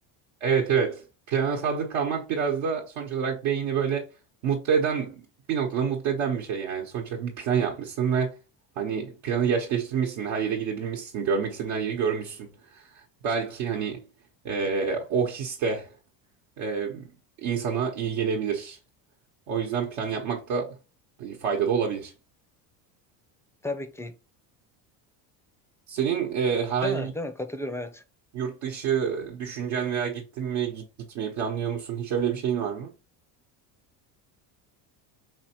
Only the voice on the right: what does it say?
Evet evet. Plana sadık kalmak biraz da sonuç olarak beyni böyle mutlu eden bir noktada mutlu eden bir şey yani. Sonuç olarak bir plan yapmışsın ve hani planı gerçekleştirmişsin. Her yere gidebilmişsin. Görmek istediğin her yeri görmüşsün. Belki hani e, o his de e, insana iyi gelebilir. O yüzden plan yapmak da hani faydalı olabilir.
Senin e, herhangi
bir
yurt dışı düşüncen veya gittin mi, git gitmeyi planlıyor musun? Hiç öyle bir şeyin var mı?